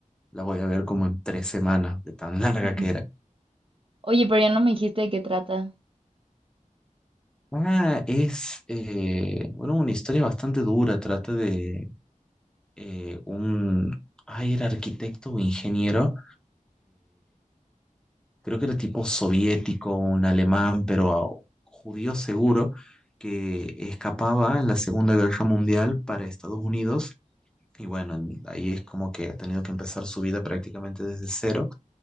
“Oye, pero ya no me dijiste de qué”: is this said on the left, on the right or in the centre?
Right